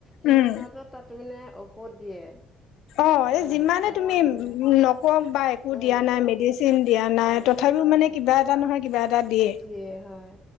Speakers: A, in the centre; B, on the left.
A: কিনি
B: উম,
A: অনাতো তাত মানে ঔষধ দিয়ে।
B: অ এই
A: হয়,
B: যিমানে
A: ডাঙৰ
B: তুমি
A: কৰে,
B: নকক বা একো
A: উম,
B: দিয়া নাই মেডিচিন দিয়া নাই
A: হয়,
B: ত। থাপিও মানে
A: হয়,
B: কিবা এটা নহয় কিবা এটা দিয়ে।
A: দিয়ে হয়।